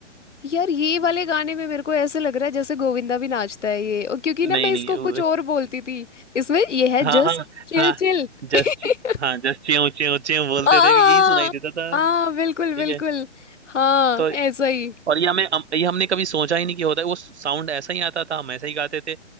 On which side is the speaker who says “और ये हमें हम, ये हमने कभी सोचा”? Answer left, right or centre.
Right